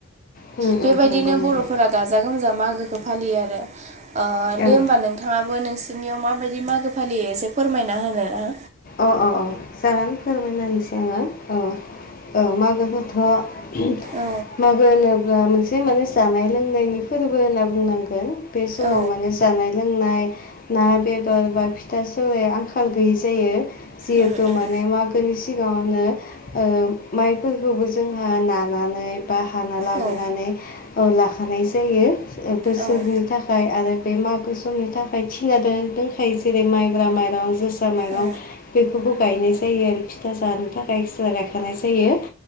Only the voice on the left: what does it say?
ओम
ओम नंगौ नंगौ
ओं
अ अ अ सार आं फोरमायनानैसै आंङो औ औ मागोखौथ'
मागो होनोब्ला मोनसे माने जानाय लोंनायनि फोरबो होनना बुंनांगोन बे समाव
माने जानाय लोंनाय ना बेदर बा फिथा सौल आंखाल गैयै जायो जिहेथु
माने म सिगाङावनो माइफोरखौबो जोंहा नानानै बा हाना लाबोनानै
लाखानाय जायो बोसोरनि
थाखाय आरो बे मागो समनि थाखाय थिना दंखायो जेरै माइब्रा माइरं जोसा माइरं
बेफोरखौ गायनाय ज जायो आरो फिथा जानो थाखाय सिथला गायखानाय जायो